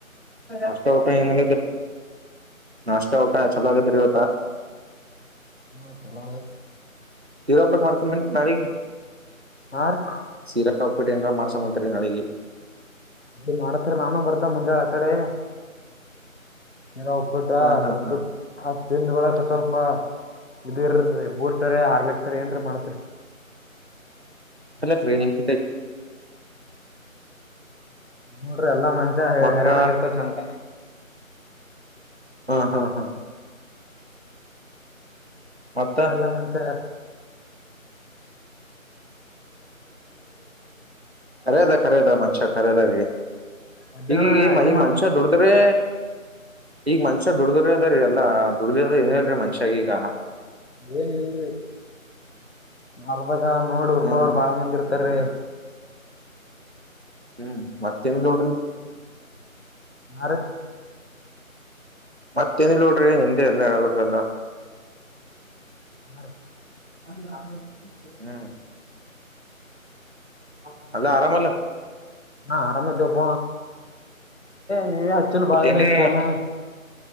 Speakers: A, on the right; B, on the left.
A: ಅಷ್ಟೇ ಊಟ ಏನ್ಮಾಡಕತ್ತಿರಿ ಅಷ್ಟ ಊಟಾ ಚೆನ್ನಾಗಿದ್ರಿ ಬಾ
B: ನ ಚಲ್ಲ
A: ಸೀರಾ ಉಪ್ಪಿಟ್ಟ ಮಾಡ್ಸಂ ನಾರಿಗೆ
B: ಹಾ ರೀ
A: ಸೀರಾ ಉಪ್ಪಿಟ್ಟ ಏನರ ಮಾಡ್ಸ ರೆ ನಳಿ
B: ಅದು ಮಾಡತ್ರರಿ ನಾನು ಬರ್ತ ಮುಂಜಾಳ ಆ ಕಡೆ ಏನ ಉಪ್ಪಟ
A: ಹಾ ಹಾ
B: ಉಪ್ಪಟ್ಟ
A: ಹಾ
B: ಹ ತಿಿಂದ ಬಳಕ ಸ್ವಲ್ಪ ಬ ಇದು ಇರದ ಬೂಸ್ಟರ ಆರ್ಲೆಕ್ಸರಿ ಏನ್್ರ ಮಾಡ್ತ್ರಿ
A: ಸ್ಕ್ರೀನಿಂಗ್
B: ನೋಡ್ರಿ ಎಲ್ಲಾ ಮಂಜ ಹೈರಾಣ
A: ಮತ್ತ
B: ಆಗರ್ತದಂತ
A: ಹಾ ಹಾ ಹಾ ಮತ್ತ
B: ಹ ಎಲ್ಲ ಮಂಚ ಹ
A: ಕಖರದ ಕಖರದ ಮನ್ಷ್ಯ ಖರದೀ
B: ಮಧ್ಯಾಹ್ನ
A: ಈಗೀಗ
B: ಇದು
A: ಈಗ
B: ಮಾಡ್ತ
A: ಮನುಷ್ಯ ದುಡದ್ರೆ ಈಗ ಮನ್ಷ್ಯ ದುಡ್ದ್ರ ಅದ್ರೀ ಎಲ್ಲಾ ದುಡ್ದ ಅ್ರ ಏನೇನ್್ರೀ ಮನ್ಷ್ಯಾಗ ಈಗ
B: ಏನ್ ಇಲ್ರಿ ಮ ಅವವಾಗ ನೋಡ್ ಉರ್ಕೊರು
A: ಹ್ಮ್
B: ಬಾಳ ಮಂದಿ ಇರ್ತಾರೀ
A: ಹ್ಮ್ ಮತ್ತೇನು ಚೂಡ
B: ನಾರ
A: ಮತ್ತೇನಿಲ್ಲ ನೋಡ್ರಿ ಹಿಂದೆ ಎಲ್ಲಾ ಹೇಳ್ಬೇಕಲ್ಲ
B: ಹ
A: ಹ್ಮ್ ಹ ಅಲ್ಲ ಆರಾಮಲ್ಲ
B: ಹಾ ಆರಾಮ್ದಪ ನೀ ಹಚ್ಚಲ್
A: ಕೂತ್
B: ಬಾದನೇಕ್ಕೆ
A: ಏನ್ರೀ
B: ಪೋನು